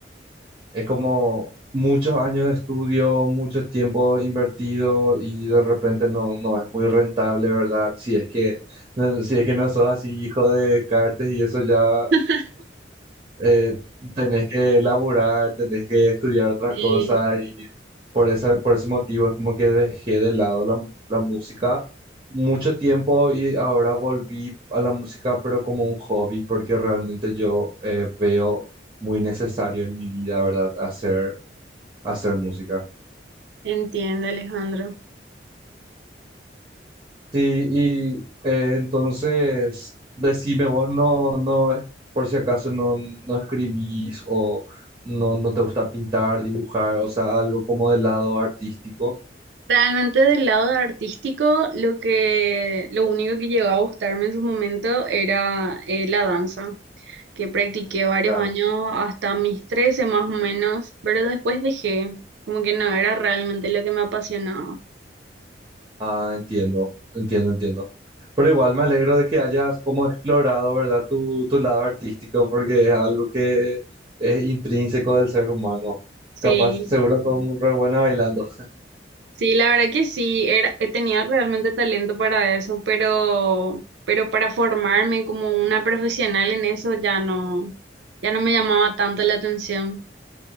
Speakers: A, on the right; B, on the right.
A: es como muchos años de estudio, mucho tiempo invertido y de repente no, no es muy rentable, ¿verdad? Si es que... No, Si es que no sos así hijo de Cartes y eso ya
B: <laughs>
A: eh, tenés que laburar, tenés que estudiar otra
B: sí,
A: cosa y por esa, por ese motivo es como que dejé de lado la, mu- la música mucho tiempo y ahora volví a la música pero como un hobby porque realmente yo eh, veo muy necesario en mi vida, ¿verdad? Hacer, hacer música.
B: Entiendo, Alejandro.
A: Sí, y eh, entonces decime vos no, no, eh, por si acaso no, no escribís o no, no te gusta pintar, dibujar, o sea, algo como del lado artístico.
B: Realmente del lado artístico, lo que, lo único que llegó a gustarme en su momento era eh, la danza. que practiqué varios
A: Ya.
B: años hasta mis 13 más o menos, pero después dejé, como que no era realmente lo que me apasionaba.
A: Ah, entiendo, entiendo, entiendo. Pero igual me alegro de que hayas como explorado, ¿verdad? Tu, tu lado artístico, porque es algo que es intrínseco del ser humano.
B: Sí,
A: Capaz, seguro sos muy re buena bailando.
B: sí, la verdad que sí, era, eh, tenía realmente talento para eso, pero, pero para formarme como una profesional en eso ya no, ya no me llamaba tanto la atención.